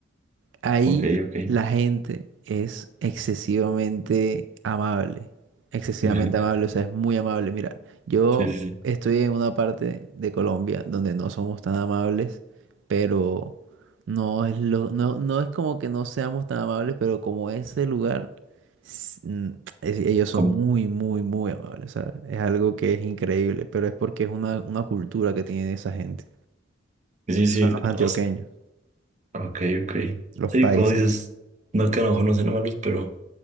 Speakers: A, on the right; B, on the right.
A: Ahí
B: Ok, ok.
A: la gente es excesivamente amable, excesivamente
B: <laughs>
A: amable, o sea, es muy amable. Mira, yo
B: Sí, sí, sí.
A: estoy en una parte de Colombia donde no somos tan amables, pero no es lo, no, no es como que no seamos tan amables, pero como ese lugar, s- mm, es- ellos son
B: Com-
A: muy, muy, muy amables. O sea, es algo que es increíble, pero es porque es una, una cultura que tiene esa gente.
B: sí, sí,
A: Son los antioqueños,
B: o sea, Ok, ok.
A: los
B: Sí,
A: paisas.
B: como dices, no que a lo mejor no sean amables, pero